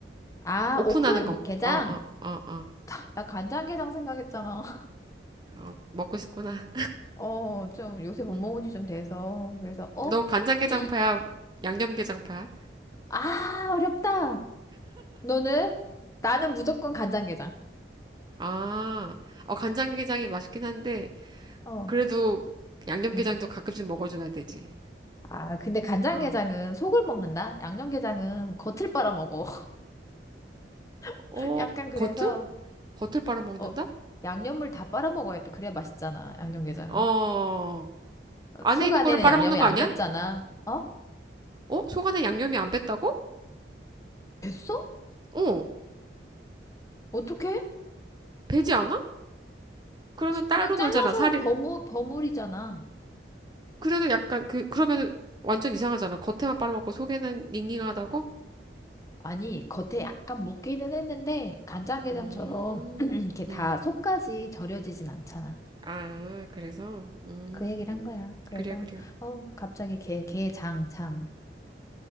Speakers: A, on the left (about 15°); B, on the right (about 25°).
A: 아,
B: 오픈하는
A: 오픈!
B: 거.
A: 게장!
B: 어, 어, 어, 어.
A: 나, 나 간장게장 생각했잖아.
B: 어, 먹고 싶구나.
A: 어, 좀 요새 못
B: 음.
A: 먹은 지 좀 돼서. 그래서, 어?
B: 너 간장게장파야?
A: 이,
B: 양념게장파야?
A: 아, 어렵다. 너는? 나는 무조건 간장게장.
B: 아, 어, 간장게장이 맛있긴 한데,
A: 어.
B: 그래도 양념게장도
A: 음.
B: 가끔씩 먹어줘야 되지.
A: 아, 근데 간장게장은
B: 어,
A: 속을 먹는다? 양념게장은 겉을 빨아먹어. <laughs>
B: 어,
A: 약간 그래서,
B: 겉을? 겉을 빨아먹는다?
A: 어, 양념물 다 빨아먹어야 돼. 그래야 맛있잖아, 양념게장은.
B: 어,
A: 어,
B: 안에
A: 속
B: 있는
A: 안에는
B: 거를 빨아먹는
A: 양념이
B: 거
A: 안
B: 아니야?
A: 뱄잖아. 어?
B: 어, 속 안에 양념이 안 뱄다고?
A: 뱄어?
B: 어,
A: 어떻게?
B: 배지 않아? 그러면 따로
A: 그냥 잘라서
B: 놀잖아, 살이.
A: 버무, 버무리잖아.
B: 그래도 약간 그, 그러면 완전 이상하잖아. 겉에만 빨아먹고 속에는 닝닝하다고?
A: 아니, 겉에 약간 묻기는 했는데, 간장게장처럼
B: 음,
A: <clears throat> 이렇게
B: 음.
A: 다 속까지 절여지진 않잖아.
B: 아, 그래서, 음,
A: 그 얘기를 한 거야. 그래서,
B: 그래요, 그래요.
A: 어, 갑자기 게, 게, 장, 장,